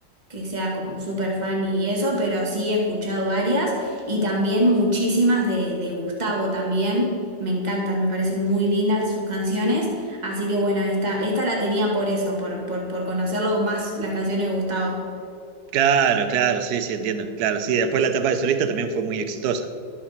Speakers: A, on the right; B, on the right.
A: que sea como súper fan y eso, pero sí he escuchado varias y también muchísimas de, de Gustavo también, me encantan, me parecen muy lindas sus canciones. Así que bueno, esta, esta la tenía por eso, por, por, por conocerlo más las canciones de Gustavo.
B: Claro, claro, sí, sí, entiendo. Claro, sí, después la etapa de solista también fue muy exitosa.